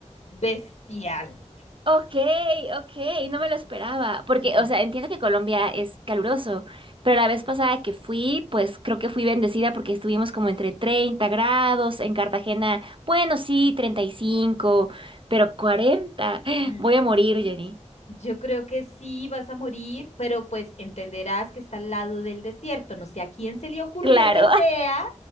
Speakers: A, on the left; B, on the right.
A: bestial.
B: Ok, ok, no me lo esperaba, porque,
A: Ujú,
B: o sea, entiendo que Colombia es caluroso, pero la vez pasada que fui, pues creo que fui bendecida porque estuvimos como entre 30 grados, en Cartagena, bueno, sí, 35, pero 40,
A: ujú.
B: <gasps> voy a morir, Jenny.
A: Yo creo que sí vas a morir, pero pues entenderás que está al lado del desierto. No sé a quién se le ocurrió
B: Claro,
A: la idea